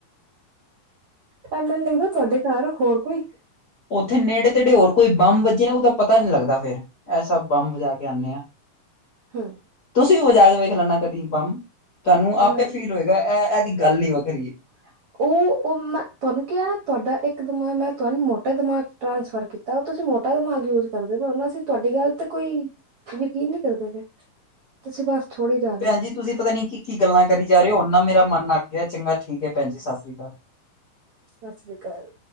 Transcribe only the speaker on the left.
ਓਥੇ ਨੇੜੇ ਤੇੜੇ ਹੋਰ ਕੋਈ ਬੰਬ ਵੱਜੇ ਨਾ ਓਦਾ ਪਤਾ ਨੀ ਲੱਗਦਾ ਫੇਰ ਐਸਾ ਬੰਬ ਵਜਾ ਕੇ ਆਨੇ ਆਂ।
ਤੁਸੀਂ ਵੀ ਵਜਾ ਕੇ ਵੇਖ ਲੈਨਾ ਕਦੀ ਬੰਮ ਤੁਆਨੂੰ ਆਪੇ
ਫੀਲ ਹੋਏਗਾ ਐ ਐਦੀ ਗੱਲ ਈ ਵੱਖਰੀ ਐ।
ਭੈਨ
ਜੀ ਤੁਸੀਂ ਪਤਾ ਨੀ ਕੀ ਕੀ ਗੱਲਾਂ ਕਰੀ ਜਾ ਰਏਂ ਓਂ ਹੁਨ ਨਾ ਮੇਰਾ ਮਨ ਅੱਕ ਗਿਆ ਚੰਗਾ ਠੀਕ ਐ ਭੈਨ ਜੀ ਸਸਰੀ ਕਾਲ।